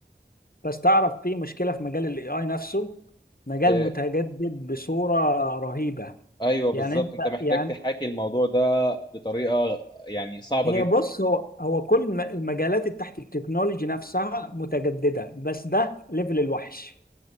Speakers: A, on the left; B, on the left.
A: بس تعرف في مشكلة في مجال الاي اي نفسه مجال
B: آه،
A: متجدد بصورة رهيبة
B: أيوه
A: يعني
B: بالظبط
A: انت
B: أنت محتاج
A: يعني
B: تحاكي الموضوع ده بطريقة يعني صعبة
A: هي
B: جدا
A: بص هو هو كل الم- المجالات اللي تحت التكنولوجي نفسها متجددة بس ده ليفل الوحش